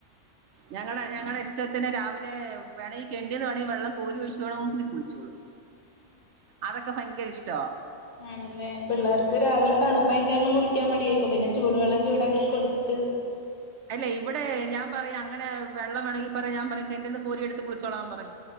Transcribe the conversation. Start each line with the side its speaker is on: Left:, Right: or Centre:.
Right: ഞങ്ങടെ ഞങ്ങടെ ഇഷ്ടത്തിന് രാവിലെ വേണെങ്കി കെണ്റ്റിന് വേണെങ്കി വെള്ളം കോരി ഒഴിച് <unintelligible> കുളിച്ചോളും അതൊക്കപ്പ ഭയ്ങ്കരിഷ്ടാ
Left: ആണല്ലേ പിള്ളേർക്ക് രാവിലെ തണുപ്പായി കയ്മ്പ കുളിക്കാ മടി ആയ്ക്കും പിന്നെ ചൂടുവെള്ളം ചൂടാക്കി കൊടുത്ത്
Right: അല്ല ഇവിടെ ഞാൻ പറയും അങ്ങനെ വെള്ളംവേണകി പറയാ ഞാ പറയും കെണ്റ്റിന്ന് കോരി എടുത്ത് കുള്ച്ചോളാൻ പറയും